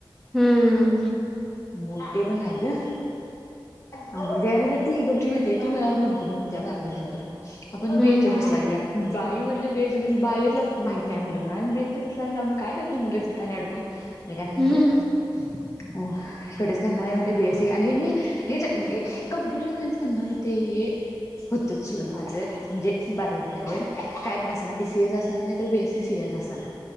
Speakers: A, in the centre; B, on the left (about 35°).
A: हम्म
B: मोठे पण राय द म्हणजे आणि ती गौरी माहिती ती मला फोन करून म्हण त्या्या बारावी झाल्यावर आपण
A: हम्म
B: बीएचएमएस ल घेऊया. बाई म्हटले बेच्या बीस बाईला माहित नाही म्हटलं ब आणि बेच्यासला काय करते म्हटल तीथआणि अडकून. मी काय नाही म्हटल
A: हम्म
B: इकडेच करणार आहे म्हणजे बीएससी आणि मी हे ज कम्प्युटर सायन्स करणार होते हे. होतचडून माझ म्हणजे बारा झाल्यावर काय पण असताना बीसीएस असताना नाही बीएसी सी. ते असना.